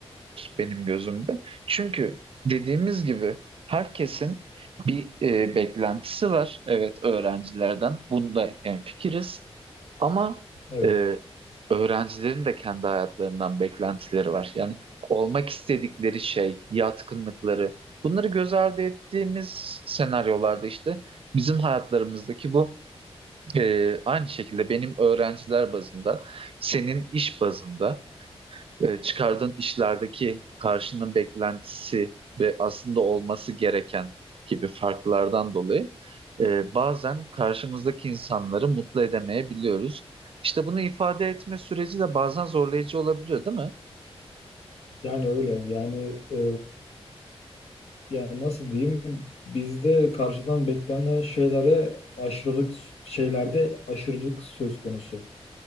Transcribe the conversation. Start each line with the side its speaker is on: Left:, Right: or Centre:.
Right: benim gözümde. Çünkü dediğimiz gibi herkesin bir e, beklentisi var. Evet öğrencilerden bunda hemfikiriz. Ama
Left: Evet.
Right: e, öğrencilerin de kendi hayatlarından beklentileri var. Yani olmak istedikleri şey, yatkınlıkları bunları göz ardı ettiğimiz senaryolarda işte bizim hayatlarımızdaki bu ee, aynı şekilde benim öğrenciler bazında, senin iş bazında e, çıkardığın işlerdeki karşının beklentisi ve aslında olması gereken gibi farklardan dolayı e, bazen karşımızdaki insanları mutlu edemeyebiliyoruz. İşte bunu ifade etme süreci de bazen zorlayıcı olabiliyor, değil mi?
Left: Yani öyle. Yani e, yani nasıl diyeyim? Bizde karşıdan beklenen şeylere aşırılık şeylerde aşırılık söz konusu.